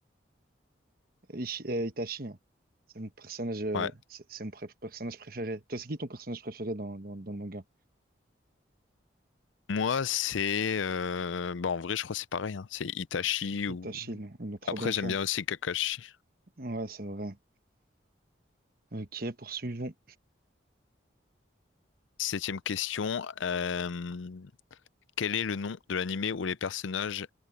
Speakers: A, on the right (about 50°); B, on the left (about 80°).
A: Ishi- euh, Itachi, hein. C'est mon personnage, euh,
B: Ouais.
A: c'est c'est mon pr- personnage préféré. Toi, c'est qui ton personnage préféré dans, dans, dans le manga?
B: Moi, c'est... euh, Bah, en vrai, je crois que c'est pareil. hein. C'est Itachi ou...
A: Itachi, non. Ils l'ont trop
B: Après,
A: bien fait.
B: j'aime
A: hein.
B: bien aussi Kakashi.
A: Ouais, c'est vrai. Ok, poursuivons.
B: Septième question. euh, Quel est le nom de l'anime où les personnages